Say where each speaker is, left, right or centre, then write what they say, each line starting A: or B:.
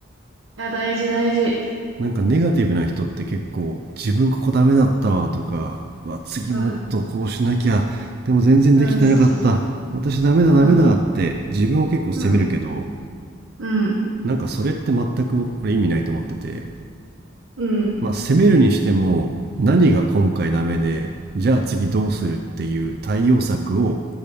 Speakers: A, on the right (about 85°); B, on the right (about 55°).
A: う。あ、大事大事。
B: なんかネガティブな人って結構、自分ここダメだったわとか、うわ、次もっとこうしなきゃ、
A: うん、
B: でも全然できてなかった、
A: うん、そうそうそう。
B: 私ダメだダメだって自分を結構責めるけど、
A: うん、うん、うん、
B: なんかそれって全く僕これ意味ないと思ってて、
A: うん、
B: まあ、攻めるにしても何が今回ダメでじゃあ次どうするっていう対応策を